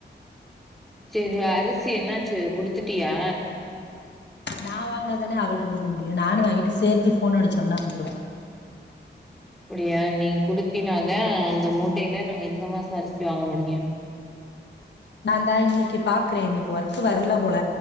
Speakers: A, in the centre; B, on the left.
A: சேரி அரிசி என்னாச்சு குடுத்திட்டியா
B: நா வாங்னா தானே அவள்ட்ட குடுக்க முடியு நானு வாங்கிட்டு சேர்த்து ஃபோன் அடிச்சோம்னா வந்துருவா
A: அப்பிடியா நீ குடுத்தின்னா தே அந்த மூட்டையில நாங்க இந்த மாசோ அரிசி வாங்க முடியு
B: நா இந்தா இன்னைக்கு பாக்றே இன்னைக்கு ஒர்க்கு வரல போல